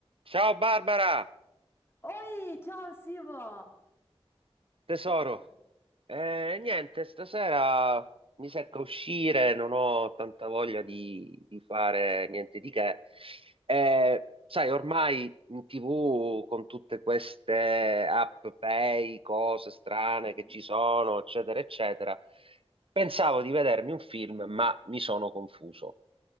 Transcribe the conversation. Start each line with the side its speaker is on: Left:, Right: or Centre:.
Right: Ciao Barbara,
Left: Oi, ciao Simo!
Right: tesoro.
Left: Che succede?
Right: Eh, niente, stasera mi secca uscire, non ho tanta voglia di, di fare niente di che. Eh, sai, ormai in TV con tutte queste app pay, cose strane
Left: Mm?
Right: che ci sono, eccetera, eccetera, pensavo di vedermi un film, ma mi sono confuso.